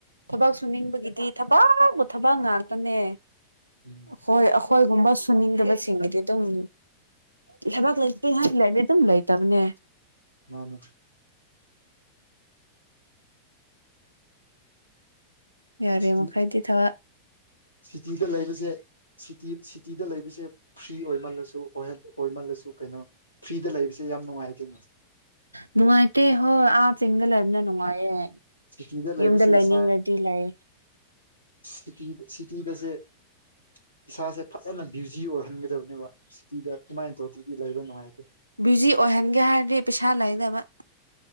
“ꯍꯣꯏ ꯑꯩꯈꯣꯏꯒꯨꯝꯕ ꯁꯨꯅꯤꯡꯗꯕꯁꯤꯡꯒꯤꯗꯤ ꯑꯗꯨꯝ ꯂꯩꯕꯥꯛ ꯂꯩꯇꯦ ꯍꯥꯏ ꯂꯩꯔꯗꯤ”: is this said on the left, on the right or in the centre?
Right